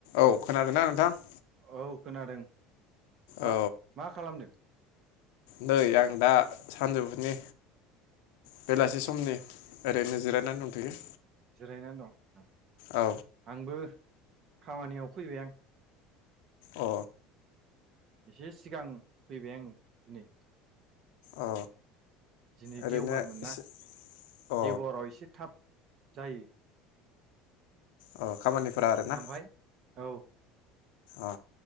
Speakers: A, on the left; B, on the right.
A: औ खोनादोंना नोंथां।
B: औ खोनादों। मा-मा
A: औ
B: खालामदों?
A: नै आं दा सानजौफुनि बेलासि समनि ओरैनो जिरायनानै दंथ'यो।
B: जिरायनानै दं।
A: औ
B: आंबो खामानियाव फैबाय आं
A: अ
B: एसे सिगां फैबाय आङो दिनै
A: अ
B: दिनै
A: ओरैनो
B: देवबारमोन
A: एसे
B: ना
A: अ
B: देवाराव एसे थाब जायो
A: अ खामानिफोरा आरो ना
B: ओमफ्राय औ
A: अ